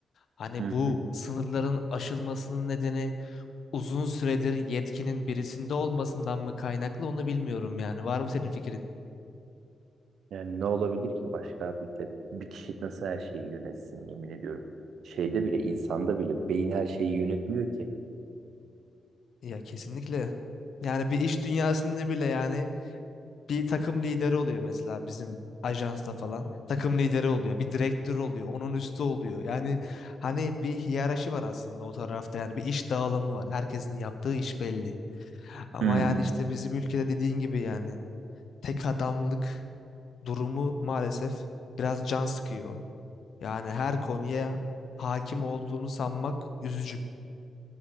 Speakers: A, on the left; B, on the right.
A: Hani
B: Hı hı.
A: bu sınırların aşılmasının nedeni uzun süredir yetkinin birisinde olmasından mı kaynaklı onu bilmiyorum yani. Var mı senin fikrin?
B: Yani ne olabilir ki başka bir de bir kişi nasıl her şeyi yönetsin yemin ediyorum. Şeyde bile insanda bile beyin her şeyi yönetmiyor ki.
A: Ya kesinlikle. Yani bir iş dünyasında bile yani bir takım lideri oluyor mesela bizim ajansta falan. Takım lideri oluyor. Bir direktör oluyor. Onun üstü oluyor. Yani hani bir hiyerarşi var aslında o tarafta. Yani bir iş dağılımı var. Herkesin yaptığı iş belli. Ama
B: Hı.
A: yani işte bizim ülkede dediğin gibi yani tek adamlık durumu maalesef biraz can sıkıyor. Yani her konuya hakim olduğunu sanmak üzücü.